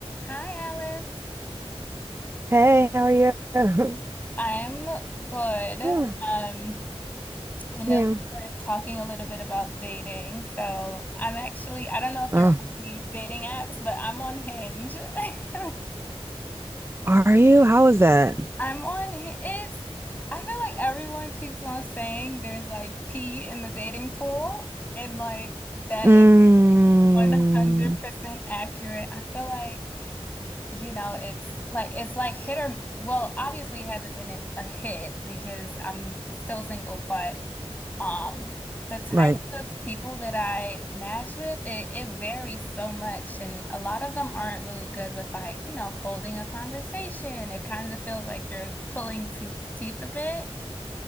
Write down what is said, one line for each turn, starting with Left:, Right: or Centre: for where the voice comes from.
Left: Hi, Alice.
Right: Hey, how are you? <laughs>
Left: I'm good. Um,
Right: Oh,
Left: I know
Right: yeah.
Left: we were talking a little bit about dating, so I'm actually, I don't know if
Right: Oh,
Left: you're on any dating apps, but I'm on Hinge. <laughs>
Right: are you? How was that?
Left: I'm on, Hi- it's, I feel like everyone keeps on saying there's like pee in the dating pool, and like that
Right: Mm,
Left: is Oh. 100% accurate. I feel like You know, it's like it's like hit or well, obviously it hasn't been a hit because I'm still single, but um the type
Right: right.
Left: of people that I match with, it, it varies so much and a lot of them aren't really good with like, you know, holding a conversation. It kind of feels like you're pulling te teeth a bit.